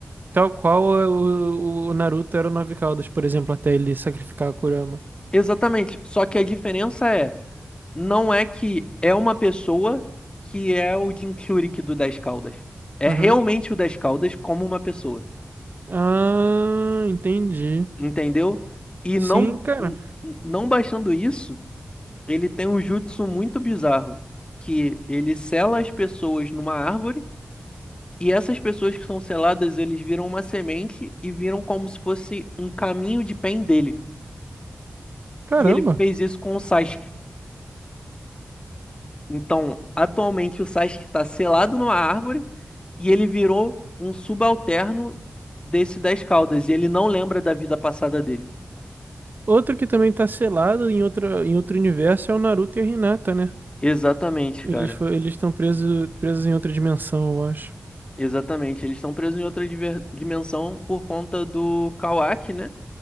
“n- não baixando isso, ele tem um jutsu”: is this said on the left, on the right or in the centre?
Left